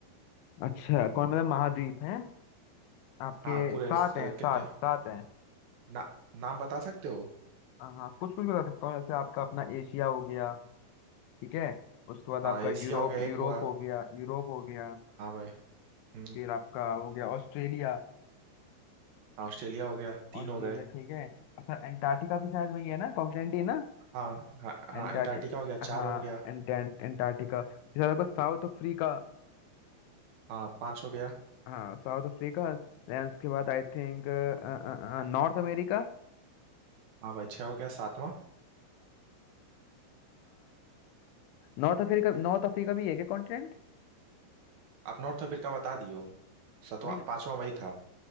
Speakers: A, on the left; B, on the right.
A: अच्छा कौन मतलब महाद्वीप है आपके
B: हाँ पूरे
A: सात
B: स- अ,
A: हैं सात
B: कितने
A: सात हैं
B: ना, नाम बता सकते हो
A: हाँ हाँ, कुछ कुछ बता सकता हूँ जैसे आपका अपना एशिया हो गया ठीक है उसके बाद आपका
B: हाँ एशिया
A: यूरोप
B: हो गया
A: यूरोप
B: एक हुआ
A: हो गया यूरोप हो गया
B: हाँ भाई हम्म
A: फिर आपका हो गया ऑस्ट्रेलिया
B: हाँ, ऑस्ट्रेलिया हो गया तीन
A: ऑस्ट्रेलिया
B: हो गए
A: ठीक है अच्छा एंटार्क्टिका भी शायद वही है ना कॉन्टिनेंट ही है ना
B: हाँ हाँ हाँ
A: एंटार्क्टिक
B: एंटार्क्टिका हो गया चार
A: हाँ
B: हो गया
A: एंटेंट एंटार्क्टिका फिर आपको साउथ अफ्रीका
B: हाँ पाँच हो गया
A: हाँ साउथ अफ्रीका देन उसके बाद I think North America
B: हाँ भाई छः हो गया सातवां
A: North Africa North Africa भी है क्या कॉन्टिनेंट
B: आप नॉर्थ अफ्रीका बता दियो सातवां
A: मीन
B: पांचवां वही था